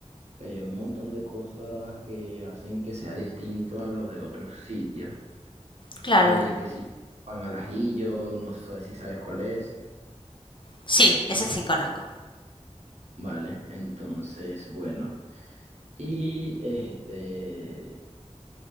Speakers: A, on the right (about 70°); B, on the left (about 45°).
A: eh, un montón de cosas que hacen que sea distinto a los de otros sitios.
B: claro.
A: Eh, que si pan al ajillo, no sé si sabes cuál es.
B: Sí, ese sí conozco.
A: Vale, entonces, bueno. Y este...